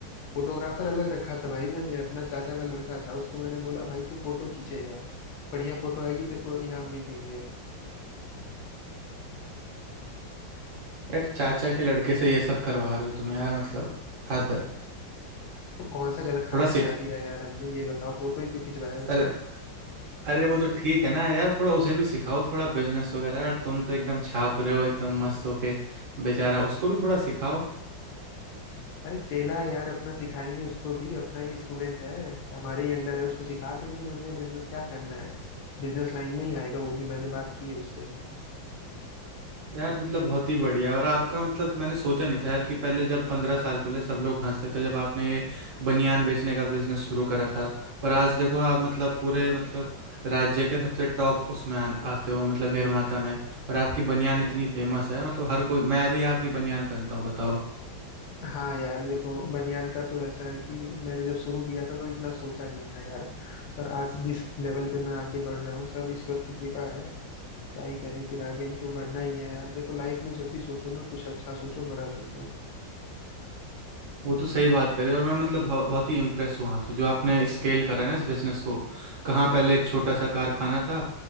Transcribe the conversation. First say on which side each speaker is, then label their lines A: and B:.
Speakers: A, on the left; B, on the right.
A: फोटोग्राफर अलग रखा था भाई मैंने अपना चाचा का लड़का था उसको मैंने बोला भाई तू फोटो खींचेगा बढ़िया फोटो आएगी तेरे को इनाम भी देंगे
B: यार चाचा के लड़के से ये सब करवा रहे हो तुम यार मतलब हद है
A: तो कौन सा गलत काम
B: थोड़ा
A: करा
B: सीख
A: दिया यार हमने ये बताओ फोटो ही तो खिंचवाया उससे
B: अरे अरे वो तो ठीक है ना यार थोड़ा उसे भी सिखाओ थोड़ा बिजनेस वगैरह यार तुम तो एकदम छाप रहे हो एकदम मस्त होके बेचारा उसको भी थोड़ा सिखाओ
A: अरे चेला है यार अपना सिखाएंगे उसको भी अपना ही स्टूडेंट है हमारे ही अंडर है उसको सिखा देंगे बढ़िया बिजनेस क्या करना है बिजनेस लाइन में ही आएगा वो भी मैंने बात की है उससे
B: यार मतलब बहुत ही बढ़िया और आपका मतलब मैंने सोचा नहीं था यार कि पहले जब पंद्रह साल पहले सब लोग हंसते थे जब आपने ये बनियान बेचने का बिजनेस शुरू करा था पर आज देखो आप मतलब पूरे मतलब राज्य के सबसे टॉप उसमें आ, आते हो मतलब निर्माता में और आपकी बनियान इतनी फेमस है मतलब हर कोई मैं भी आपकी बनियान पहनता हूँ बताओ
A: हाँ यार देखो बनियान का तो ऐसा है कि मैंने जब शुरू किया था तो इतना सोचा नहीं था यार पर आज जिस लेवल पे मैं आगे बढ़ रहा हूँ सब ईश्वर की कृपा है क्या ही करे फिर आगे ही तो बढ़ना ही है यार देखो लाइफ में जब भी सोचो ना कुछ अच्छा सोचो बड़ा सोचो
B: वो तो सही बात करी और मैं मतलब बहु- बहुत ही इम्प्रेस हुआ आपसे जो आपने स्केल करा ना इस बिजनेस को कहाँ
A: हाँ हाँ
B: पहले एक छोटा सा कारखाना था